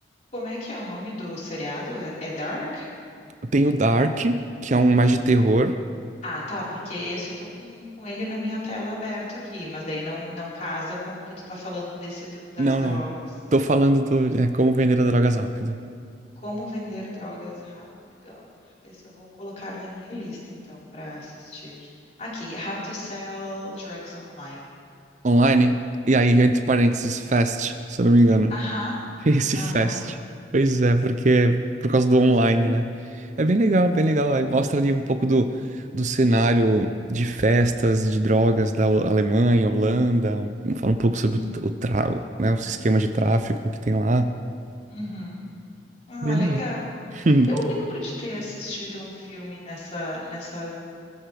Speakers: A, on the left; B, on the right.
A: Como é que é o nome do seriado? É, é Dark?
B: Tem o Dark, que é um mais de terror.
A: Ah, tá, porque esse eu tô com, com ele na minha tela aberto aqui, mas daí não, não casa com o que tu tá falando desse do, das
B: Não,
A: drogas.
B: não. Tô falando do, é Como Vender Drogas Rápido.
A: Como vender drogas rápido. Esse eu vou colocar na minha lista, então, para assistir. Aqui, How to Sell Drugs Online.
B: Online, e aí, entre parênteses, Fast, se eu não me engano.
A: Aham,
B: <laughs> Esse Fest.
A: aham.
B: Pois é, porque é por causa do online, né? É bem legal, bem
A: Sei.
B: legal. Aí mostra ali um pouco do, do cenário de festas, de drogas da Ho- Alemanha, Holanda. Um, Fala um pouco sobre
A: Uhum,
B: o, tra- o, tra- o, né, os esquemas de tráfico que tem lá.
A: uhum. Ah,
B: É bem
A: legal.
B: legal. <laughs>
A: Eu lembro de ter assistido um filme nessa, nessa